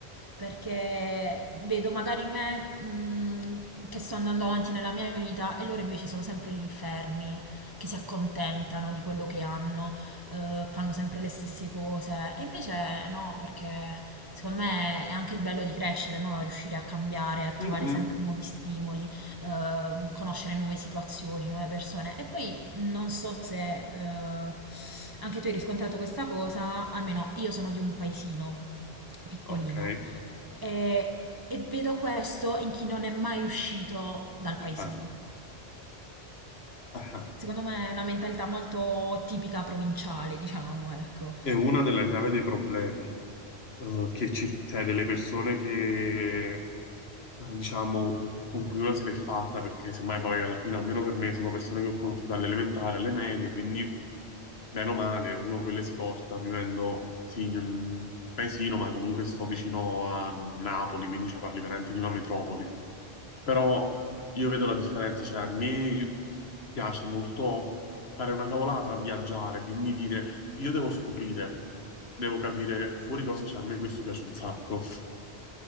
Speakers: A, on the right; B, on the left.
A: perché vedo magari me, mh, che sto andando avanti nella mia vita e loro invece sono sempre lì fermi, che si accontentano di quello che hanno, eh, fanno sempre le stesse cose. E invece no, perché secondo me è anche il bello di crescere, no? Riuscire a cambiare, a trovare
B: Mm, mm,
A: sempre nuovi stimoli, eh, conoscere nuove situazioni, nuove persone. E poi non so se eh, anche tu hai riscontrato questa cosa, almeno io sono di un paesino piccolino
B: ok.
A: e, e vedo questo in chi non è mai uscito dal
B: Ah,
A: paesino.
B: ah, ah.
A: Secondo me è una mentalità molto tipica provinciale, diciamo, ecco.
B: È una delle chiavi dei problemi. eh, che cir- cioè delle persone che, eh, diciamo, con cui una se l'è fatta, perché semmai poi alla fine, almeno per me, sono persone che ho conosciuto all'elementare, alle medie, quindi meno male, uno quelle si porta, vivendo sì, in un paesino, ma comunque sto vicino a Napoli, quindi cioè, parli veramente di una metropoli però io vedo la differenza, cioè a me piace molto fare una cavolata, viaggiare, quindi dire io devo scoprire, devo capire fuori cosa c'è, a me questo piace un sacco.